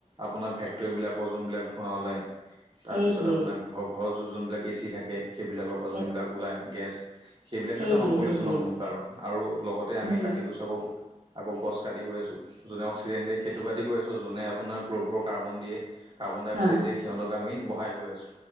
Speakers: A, on the right; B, on the right.
A: আপোনাৰ ফেক্টৰীবিলাকৰ যোনবিলাক ধোঁৱা ওলায়, তাৰপিছত
B: সেইটোৱেই
A: আপোনাৰ ঘৰ ঘৰত য যোনবিলাক। এ চি থাকে সেইবিলাকৰ পৰা
B: সেই
A: যোনবিলাক ওলায় গেছ। সেইবিলাকেতো
B: সেইটোৱেই
A: আমাৰ পলিউচনৰ
B: সেইটোৱেই
A: মূল কাৰণ আৰু লগতে আমি
B: মূল
A: কাঠ গুচকক। আকৌ গছ কাটি গৈ আছো, যোনে অক্সিজেন দিয় সেইটো কাটি আছো যোনে আপোনাৰ ' কাৰ্বন দিয়ে। কাৰ্বন ডাই
B: হা
A: অক্সাইড দিয়ে সিহঁতক আমি বঢ়াই গৈ আছো